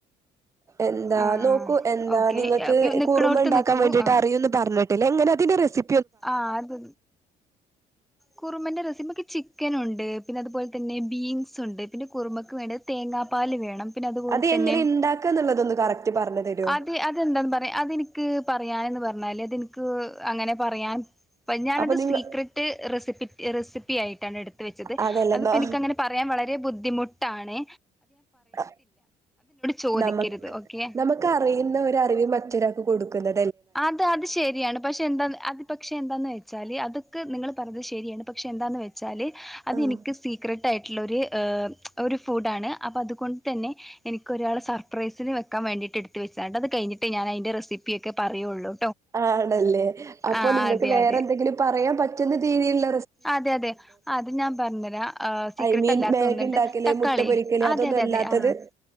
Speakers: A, on the right; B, in the centre.
A: എന്താ
B: ആഹ്
A: നോക്കൂ എന്താ
B: ഓക്കെ
A: നിങ്ങക്ക്
B: നിക്ക്ണോട്ത്ത്
A: കുറുമ ഉണ്ടാക്കാൻ
B: നിക്കൂ
A: വേണ്ടിട്ട്
B: ആഹ്
A: അറിയൂന്ന് പറഞ്ഞ്. ത് ലെങ്ങനെതിന്റെ റെസി
B: ആഹ് അത് കുറുമന്റെ രസിമ ക്ക് ചിക്കനൊണ്ട്, പിന്നെ അതുപോൽ തന്നെ ബീൻസുണ്ട്, പിന്നെ കുറുമക്ക് വേണ്ടത് തേങ്ങാപ്പാല് വേണം. പിന്നതുപോലെ
A: അത്
B: തന്നെ
A: എങ്ങനെ ഇണ്ടാക്കാ എന്നുള്ളതൊന്ന് കറക്റ്റ് പറഞ്ഞു തരോ
B: അത് അതെന്താന്ന് പറയാ, അതെനിക്ക് പറയാനന്ന് പറഞ്ഞാല് അത് എനിക്ക് അങ്ങനെ പറയാൻ അപ്പ ഞാനത്
A: അപ്പൊ നിങ്ങ
B: സീക്രട്ട് റെസിപ്പി റെസിപ്പിയായിട്ടാണ് എടുത്ത് വെച്ചത്
A: അതല്ലെന്നാ
B: അതിപ്പോൾ എനിക്കങ്ങനെ പറയാൻ വളരെ ബുദ്ധി ബുദ്ധിമുട്ടാണെ
A: അ
B: ചോദിക്കരുത്
A: നമക്ക്
B: ഓക്കെ
A: നമുക്ക്റിയുന്ന ഒരറിവ് മറ്റൊരാക്ക് കൊടുക്കുന്ന
B: അത് അത് ശരിയാണ്, പക്ഷെ എന്താ അത് പക്ഷെ എന്താന്ന് വെച്ചാല് അത്ക്ക് നിങ്ങള് പർദ്ദശ് ശരിയാണ് പക്ഷെ എന്താന്ന് വെച്ചാല് അത്
A: ആഹ്
B: എനിക്ക് സീക്ര ട്ടായിട്ട്ള്ളൊരു ഒരു ഫൂഡാണ് അപ്പതുകൊണ്ടതന്നെ എനിക്കൊരാള് സർപ്രൈസിന് വെക്കാ വേണ്ടിയിട്ട് എടുത്ത് വെച്ചാണ് അത് കഴിഞ്ഞിട്ട് ഞാൻ അയിൻ്റെ റെസിപ്പി ക്കെ പറയുള്ളൂ
A: ആഹ്ണല്ലേ അപ്പൊ
B: ആഹ്
A: നിങ്ങക്ക്
B: അതെ
A: വേറെന്തെങ്കിലും
B: അതെ
A: പറയാൻ പറ്റ് പറ്റ്ന്ന രീതില്ല
B: അതെ അതെ അത് ഞാൻ പറഞ്ഞരാ സീക്രട്ടല്ലാത്ത
A: ഐ മീൻ മാഗി
B: ഒന്ന്ണ്ട്
A: ഉണ്ടാക്കല്
B: തക്കാളി
A: മുട്ട പൊരിക്കല്
B: അതെ
A: അതൊന്നും
B: അതെ
A: അല്ലാത്തത്
B: അതെ ആഹ്